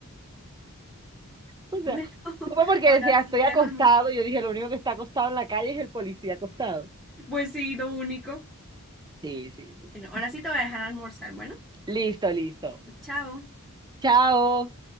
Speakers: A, on the right; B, in the centre.
A: O sea,
B: Bueno, <laughs>
A: supe porque
B: ahora
A: decía,
B: sí
A: estoy acostado.
B: te voy a almorzar.
A: Yo dije, lo único que está acostado en la calle es el policía acostado.
B: Pues sí, lo único.
A: Sí, sí,
B: Bueno,
A: sí.
B: ahora sí te voy a dejar almorzar. Bueno,
A: Listo, listo.
B: chao.
A: Chao.